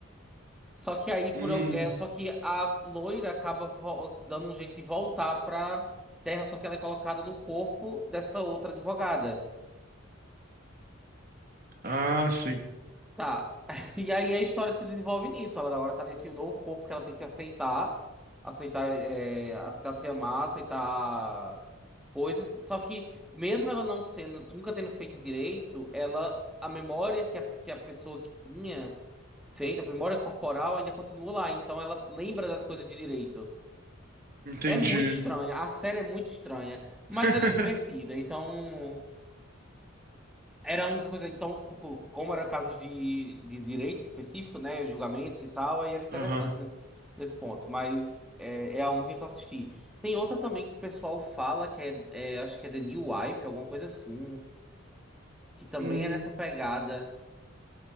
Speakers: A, in the centre; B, on the right.
A: Só que aí
B: Hum.
A: por al- é só que a loira acaba vo- dando um jeito de voltar pra Terra, só que ela é colocada no corpo dessa outra advogada.
B: Ah, sim.
A: Tá. <laughs> E aí a história se desenvolve nisso. Ela agora tá nesse novo corpo que ela tem que aceitar, aceitar, é, aceitar se amar, aceitar coisas. Só que mesmo ela não sendo, nunca tendo feito direito, ela a memória que a, que a pessoa que tinha Feita a memória corporal, ainda continua lá. Então ela lembra das coisas de direito.
B: Entendi.
A: É muito estranha. A série é muito estranha. Mas
B: <laughs>
A: era divertida. Então. Era a única coisa. Então, tipo, como era casos de, de direito específico, né? Julgamentos e tal, aí era interessante
B: Aham.
A: nesse, nesse ponto. Mas é, é a única que eu assisti. Tem outra também que o pessoal fala, que é, é, acho que é The New Wife, alguma coisa assim. Que também
B: Hum.
A: é nessa pegada.